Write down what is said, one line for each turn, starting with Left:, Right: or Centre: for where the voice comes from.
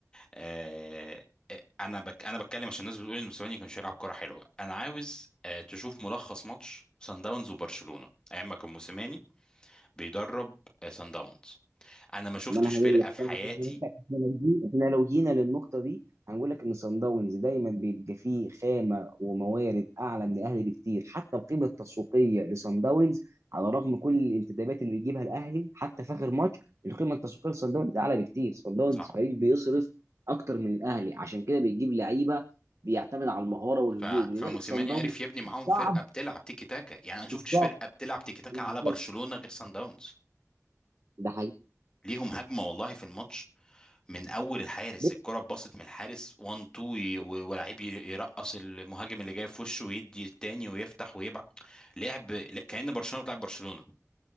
Left: آه، آه، انا بك انا بتكلم عشان الناس بتقول ان موسيماني كانش يلعب كره حلوه انا عاوز آه، تشوف ملخص ماتش سان داونز وبرشلونه ايام ما كان موسيماني بيدرب آه، سان داونز انا ما شفتش
Right: ما انا هقول
Left: فرقه
Right: لك
Left: في
Right: احنا
Left: حياتي
Right: لو جينا إحنا لو جينا للنقطه دي هنقول لك ان صن داونز دايما بيبقى فيه خامه وموارد اعلى من الاهلي بكتير حتى القيمه التسويقيه لصن داونز على رغم كل الانتدابات اللي بيجيبها الاهلي حتى في اخر ماتش القيمه التسويقيه لصن داونز اعلى بكتير صن داونز
Left: صح
Right: فريق بيصرف اكتر من الاهلي عشان كده بيجيب لعيبه بيعتمد على المهاره والهجوم
Left: ف...
Right: لذلك
Left: فموسيماني
Right: صن داونز
Left: عرف يبني معاهم
Right: صعب
Left: فرقه بتلعب تيكي تاكا يعني انا ما شفتش
Right: بالظبط
Left: فرقه بتلعب تيكي تاكا
Right: بالظبط
Left: على برشلونه غير سان داونز
Right: ده
Left: ليهم هجمه والله في الماتش من اول الحارس
Right: حقيقي
Left: الكره اتباصت من الحارس 1 2 وي- و- ولاعيب ي- يرقص المهاجم اللي جاي في وشه ويدي التاني ويفتح ويبع لعب ل- كأن برشلونه بتلعب برشلونه